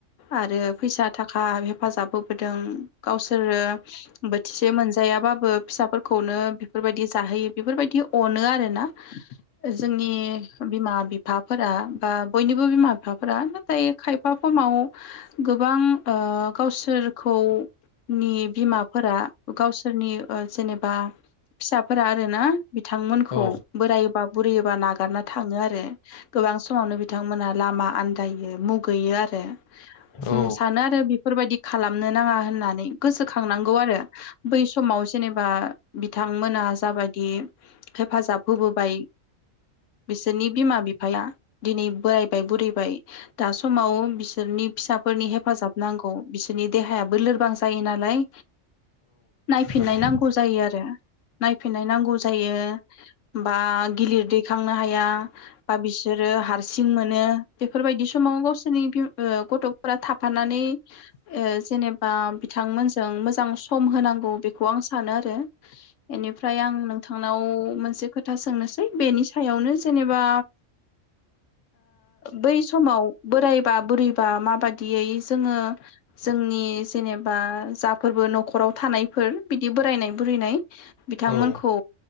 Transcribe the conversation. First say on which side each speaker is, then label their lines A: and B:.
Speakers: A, on the left; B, on the left.
A: आरो फैसा थाखा हेफाजाब होबोदों गावसोरो बोथिसे मोनजायाबाबो फिसाफोरखौनो बेफोरबायदि जाहोयो बेफोरबायदि अनो आरो ना जोंनि बिमा बिफाफोरा बा बयनिबो बिमा बि फाफोरा नाथाय खायफा समाव गोबां ओ गावसोरखौनि बिमाफोरा गावसोरनि ओ जेनेबा फिसाफोरा आरो ना। बिथांमोनखौ
B: औ
A: बोरायबा। बुरियोबा नागारना थाङो आरो गोबां समावनो बिथांमोनहा लामा। आनदायो मुगैयो आरो
B: औ
A: सानो आरो बेफोरबायदि खालामनो नाङा होननानै गोसोखांनांगौ आरो बै समाव जेनेबा बिथांमोना जाबायदि हेफाजाब होबोबाय बिसोरनि बिमा बिफाया दिनै बोरायबाय बुरै बाय दा समाव बिसोरनि फिसाफोरनि हेफाजाब नांगौ बिसोरनि देहायाबो लोरबां जायो नालाय नायफिननाय
B: नंगौ
A: नांगौ जायो आरो नायफिननाय नांगौ जायो बा गिलिर दैखांनो हाया बा बिसोरो हारसिं मोनो। बेफोरबायदि समाव गावसोरनि बि ओ गथफोरा थाफानानै ओ जेनेबा बिथांमोनजों मोजां सम होनांगौ बेखौ आं सानो आरो इनिफ्राय आं नोंथांनाव मोनसे खोथा सोंनोसै बेनि सायावनो जेनेबा। बै समाव। बोरायबा बुरैबा माबादियै जोङो जोंनि जेनेबा जाफोरबो नखराव थानायफोर बिदि बोरायनाय बुरैनाय बिथांमोनखौ
B: औ